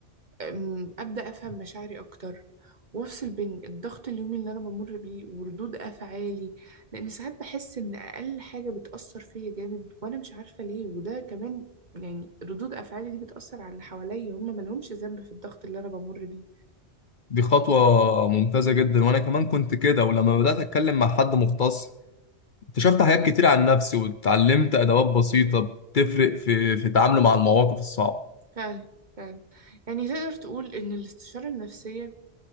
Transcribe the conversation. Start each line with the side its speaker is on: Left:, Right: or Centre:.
Right: أم، أبدأ أفهم مشاعري أكتر وأفصل بين الضغط اليومي اللي أنا بمر بيه وردود أفعالي لأن ساعات بحس إن أقل حاجة بتأثر فيا جامد وأنا مش عارفة ليه وده كمان يعني ردود أفعالي دي بتأثر على اللي حواليا هم ملهمش ذنب في الضغط اللي أنا بمر بيه
Left: دي خطوة ممتازة جدا وأنا كمان كنت كده ولما بدأت أتكلم مع حد مختص اكتشفت حاجات كتير عن نفسي واتعلمت أدوات بسيطة بتفرق في في تعامله مع المواقف الصعبة
Right: فعلا فعلا يعني تقدر تقول إن الاستشارة النفسية